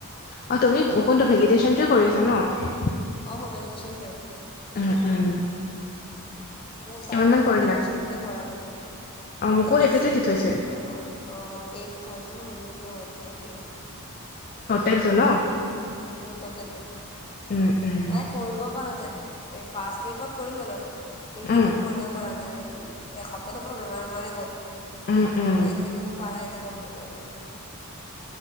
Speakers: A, on the left; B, on the left.
A: অ তুমি কোনটো ভেলিডেশচনটোৱে কৰি আছা ন।
B: অঁ মোৰ ভেলিটেশনটোৱে।
A: উম উম <unintelligible>
B: মোৰ ষ্টাৰ্টিঙৰ
A: কিমান মান কৰিলা?
B: পৰা ভেলিডিচনটোতে কৰালেে
A: অ', মোকো সেইটোতে
B: বেছি
A: দি থৈছে
B: মোৰ অ এইট থাউজেণ্ড হ'ল নেকি অ এইট থাউজেণ্ড হ'ল৷
A: ততেলটো ন?
B: উম তোতেলটো৷
A: উম উম,
B: তাই কৰিব পৰা নাই৷ এই ফাৰ্ষ্ট উইকত কৰিলোঁ অলপ এইকেইদিন
A: উম,
B: কৰিব পৰা নাই এই এসপ্তাহটো পোৰা বেমাৰ-বেমাৰে গ'ল
A: উম, উম।
B: তাৰপৰা এইকেইদিনো পাৰাই নাই কৰিব কাৰণে